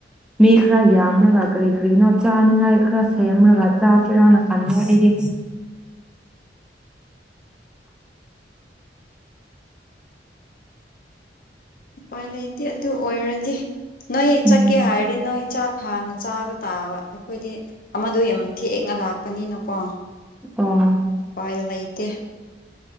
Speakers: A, in the centre; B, on the left (about 55°).
A: ꯃꯤ ꯈꯔ ꯌꯥꯝꯔꯒ ꯀꯔꯤ ꯀꯔꯤꯅꯣ ꯆꯥꯅꯤꯉꯥꯏ ꯈꯔ ꯁꯦꯝꯔꯒ ꯆꯥꯁꯦꯔꯥꯅ ꯈꯟꯕ ꯑꯩꯗꯤ
B: ꯎꯄꯥꯏ ꯂꯩꯇꯦ ꯑꯗꯨ ꯑꯣꯏꯔꯗꯤ ꯅꯣꯏ
A: ꯎꯝ
B: ꯆꯠꯀꯦ ꯍꯥꯏꯔꯗꯤ ꯅꯣꯏ ꯆꯥꯛ ꯍꯥꯟꯅ ꯆꯥꯕ ꯇꯥꯕ ꯑꯩꯈꯣꯏꯗꯤ ꯑꯃꯗꯣ ꯌꯥꯝ ꯊꯦꯡꯅ ꯂꯥꯛꯄꯅꯤꯅꯀꯣ
A: ꯑꯥ
B: ꯎꯄꯥꯏ ꯂꯩꯇꯦ